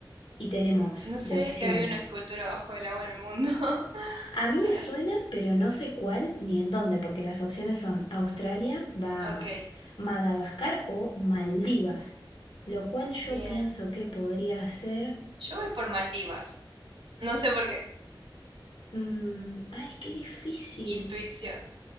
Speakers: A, on the left; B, on the right.
A: Y tenemos
B: n- No sabía
A: de opciones.
B: que había una escultura bajo el agua en el mundo. <laughs>
A: A mí
B: As-
A: me suena, pero no sé cuál ni en dónde, porque las opciones son Australia, Bahamas,
B: Ok,
A: Madagascar o Maldivas, lo cual yo
B: bien.
A: pienso que podría ser...
B: Yo voy por Maldivas. No sé por qué.
A: mm, ay, qué difícil.
B: Intuición.